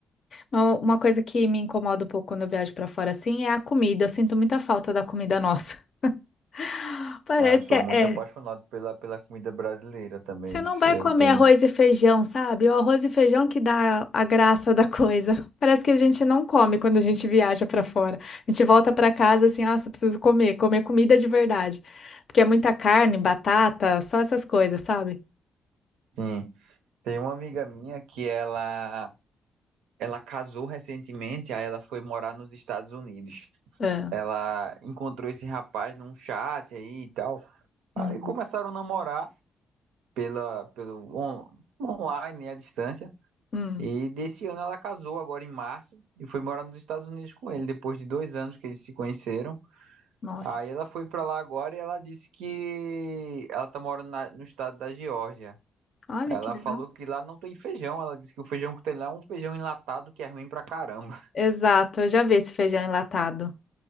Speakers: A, on the left (about 55°); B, on the right (about 85°).
A: Uma uma coisa que me incomoda um pouco quando eu viajo para fora assim é a comida. Eu sinto muita falta da comida nossa. <laughs> Parece
B: Ah, eu sou
A: que é,
B: muito
A: é,
B: apaixonado pela, pela comida brasileira também.
A: Você não
B: Se
A: vai
B: Eu
A: comer
B: tenho,
A: arroz e feijão, sabe? O arroz e feijão que dá a graça da coisa. Parece que a gente não come quando a gente viaja pra fora. A gente volta pra casa assim, nossa, preciso comer, comer comida de verdade. Porque é muita carne, batata, só essas coisas, sabe?
B: sim, tem uma amiga minha que ela, ela casou recentemente, aí ela foi morar nos Estados Unidos.
A: É.
B: Ela encontrou esse rapaz num chat aí e tal.
A: Uhum.
B: Aí começaram a namorar pela, pelo on- online, né, à distância.
A: Hum.
B: E desse ano ela casou agora em março e foi morar nos Estados Unidos com ele, depois de dois anos que eles se conheceram.
A: Nossa,
B: Aí ela foi pra lá agora e ela disse que ela tá morando na- no estado da Geórgia.
A: olha
B: Ela
A: que legal.
B: falou que lá não tem feijão. Ela disse que o feijão que tem lá é um feijão enlatado que é ruim pra caramba. <laughs>
A: Exato, eu já vi esse feijão enlatado.